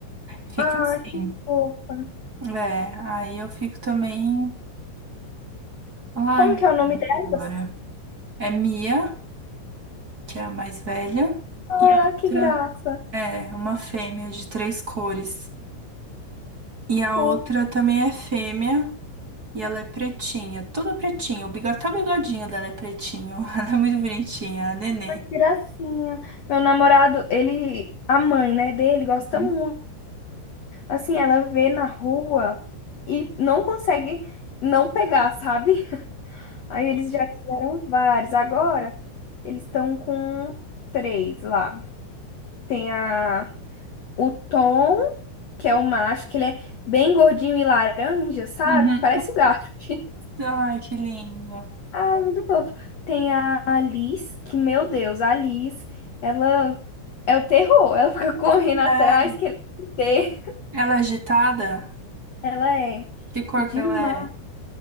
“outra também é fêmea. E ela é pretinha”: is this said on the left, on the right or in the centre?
Right